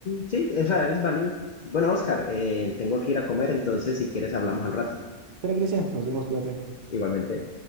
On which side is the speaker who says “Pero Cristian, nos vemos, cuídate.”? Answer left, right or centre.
Right